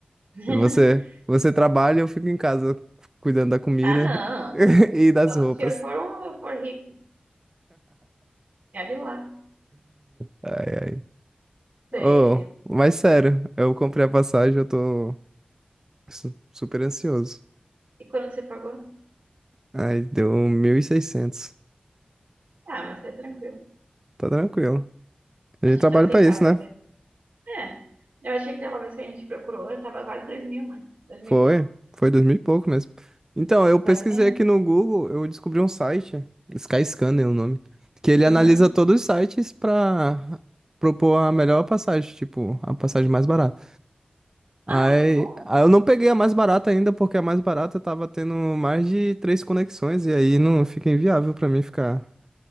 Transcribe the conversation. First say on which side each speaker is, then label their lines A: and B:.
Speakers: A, on the right; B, on the right.
A: <laughs>
B: Você, você trabalha, eu fico em casa cuidando da comida
A: Ah, não.
B: <laughs> e das
A: Só
B: roupas.
A: se o senhor for, um, for rico. Olha lá.
B: Ai, ai.
A: Você...
B: Oh, mas sério, eu comprei a passagem, eu tô su- super ansioso.
A: E quando você pagou?
B: Ai, deu 1.600.
A: Ah, mas é tranquilo.
B: Tá tranquilo. A
A: Acho
B: gente trabalha
A: que tá aceitável
B: pra isso, né?
A: até. É. Eu achei que pela vez que a gente procurou, eu tava quase dois mil, né? Dois
B: Foi,
A: mil e pouco.
B: foi dois mil e pouco mesmo. Então, eu pesquisei
A: Quase. É.
B: aqui no Google, eu descobri um site, Skyscanner é o nome, que ele
A: Uhum.
B: analisa todos os sites pra propor a melhor passagem, tipo, a passagem mais barata.
A: Ah,
B: Aí,
A: que bom.
B: aí eu não peguei a mais barata ainda, porque a mais barata tava tendo mais de três conexões, e aí não fica inviável pra mim ficar